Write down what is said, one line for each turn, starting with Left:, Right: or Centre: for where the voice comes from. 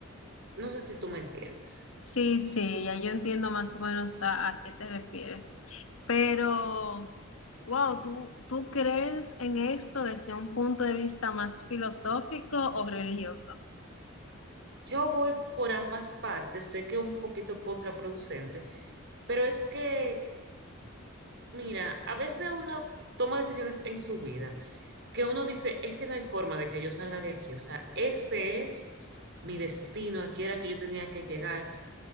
Right: No sé si tú me entiendes.
Left: Sí, sí, ya yo entiendo más o menos a, a qué te refieres. Pero, wow, ¿tú, tú crees en esto desde un punto de vista más filosófico o religioso?
Right: Yo voy por ambas partes, sé que es un poquito contraproducente, pero es que, mira, a veces uno toma decisiones en su vida que uno dice, es que no hay forma de que yo salga de aquí, o sea, este es mi destino, aquí era que yo tenía que llegar.